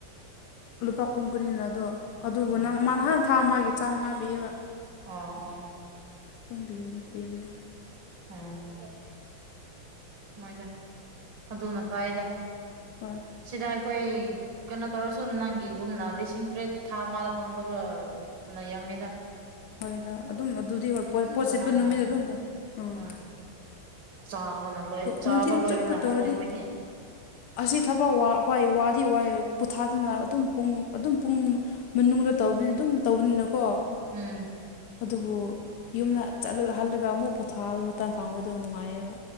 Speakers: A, on the left (about 70°); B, on the right (about 70°).
A: ꯂꯨꯄꯥ ꯀꯨꯟ ꯀꯨꯟꯅꯤꯅ ꯑꯗꯣ ꯑꯗꯨꯕꯨ
B: ꯑꯣ
A: ꯅ ꯃꯥ ꯅꯍꯥꯟ ꯊꯥ ꯃꯥꯒꯤ ꯆꯥꯝꯃꯉꯥ ꯄꯤꯌꯦꯕ
B: ꯑꯣ ꯑꯣ
A: ꯄꯥꯝꯕꯤꯌꯨꯅꯦ ꯀꯤꯕꯗꯦ
B: ꯑꯝ꯫ ꯃꯣꯏꯖ ꯑꯗꯨꯅ ꯐꯥꯏꯗ
A: ꯍꯣꯏ
B: ꯁꯤꯗ ꯑꯩꯈꯣꯏ ꯀꯩꯅꯣ ꯇꯧꯔꯁꯨ ꯅꯪꯒꯤꯒꯨꯝꯅ ꯂꯤꯁꯤꯡ ꯇꯔꯦꯠ ꯊꯥ ꯑꯃꯗ ꯐꯪꯗꯕ꯫ ꯌꯥꯝꯃ‌ꯦꯗꯥ
A: ꯍꯣꯏꯗ ꯑꯗꯨꯝ ꯑꯗꯨꯗꯤ ꯍꯣꯏ ꯄꯣꯠꯁꯤ
B: ꯁꯅꯥ
A: ꯄꯨꯟ ꯅꯨꯃꯤꯠ
B: ꯇꯥꯏ
A: ꯑꯗꯨꯝ ꯍꯣꯏ ꯑꯥ
B: ꯍꯣꯏ ꯆꯥꯕꯅ ꯂꯣꯏ ꯆꯥꯕ
A: ꯅꯨꯡꯊꯤꯟ
B: ꯂꯣꯏꯕꯅꯍꯜꯂꯦ
A: ꯆꯨꯞꯄ ꯇꯧꯔꯗꯤ
B: ꯑꯣꯏꯗꯤ
A: ꯑꯁꯤ ꯊꯕꯛ ꯋꯥꯗꯤ ꯋꯥ ꯄꯣꯊꯥꯗꯨꯅ ꯑꯗꯨꯝ ꯄꯨꯡ ꯑꯗꯨꯝ ꯄꯨꯡ ꯃꯅꯨꯡꯗ ꯇꯧꯕꯅꯤꯅ ꯑꯗꯨꯝ ꯇꯧꯕꯅꯤꯅꯀꯣ
B: ꯎꯝ
A: ꯑꯗꯨꯕꯨ ꯌꯨꯝꯗ ꯆꯠꯂꯒ ꯍꯜꯂꯒ ꯑꯃꯨꯛ ꯄꯣꯊꯥꯕ ꯃꯇꯝ ꯐꯪꯕꯗꯣ ꯅꯨꯡꯉꯥꯏꯌꯦꯕ